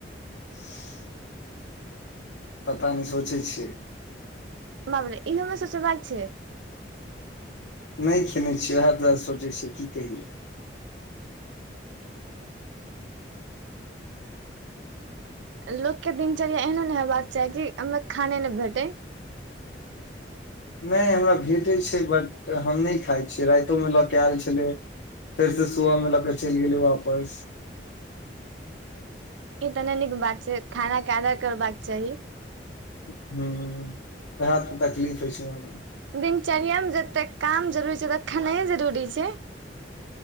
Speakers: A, on the left (about 80°); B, on the right (about 80°).
A: <unintelligible> पता नय सोचै छियै
B: बाप रे, इहोमे सोचबाक छै
A: नहि खेलने छियै, वएह तऽ सोचै छियै कि खेलियै
B: लोककेँ दिनचर्या एहनो नहि हेबाक चाही कि ओहिमे खानो नहि भेटै
A: नहि, हमरा भेटैत छै, मुदा हम नहि खाइत छियै राइतोमे लऽ कऽ आयल छलै फेर से सबेरे लऽ कऽ चलि गेलय वापस
B: ई तऽ नहि नीक बात छै, खाना के आदर करबाक चाही
A: हँ, सेहे तऽ तकलीफ होइ छै मनमे
B: दिनचर्यामे जतेक काम जरूरी छै, ओतबे खेनाइ सेहो जरूरी छै